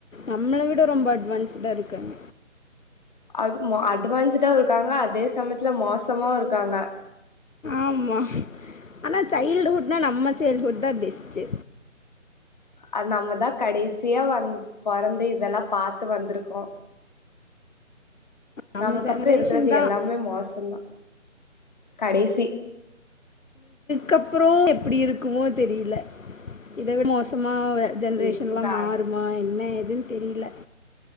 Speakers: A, on the left (about 75°); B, on the left (about 35°).
A: நம்மள விட ரொம்ப அட்வான்ஸ்டா இருக்காங்க.
B: அது ம அட்வான்ஸ்டாவு இருக்காங்க அதே சமயத்துல மோசமாவு இருக்காங்க.
A: ஆமா ஆனா சைல்டுஹுட்னா நம்ம சைல்ஹுட்தா பெஸ்ட்டு.
B: அது நம்மதா கடைசியா வந் பொறந்து இதெல்லா பாத்து வந்துருக்கோ.
A: நம்ம
B: நம்முளுக்கு
A: ஜெனரேஷன்
B: அப்புறோ இருக்கறது
A: தான்
B: எல்லாமே மோசந்தா. கடைசி
A: கப்றோ எப்பிடி இருக்குமோ தெரியில. இதவி மோசமாவ ஜென்ரேஷன்லா
B: இதுதா
A: மாறுமா என்ன ஏதுன் தெரில.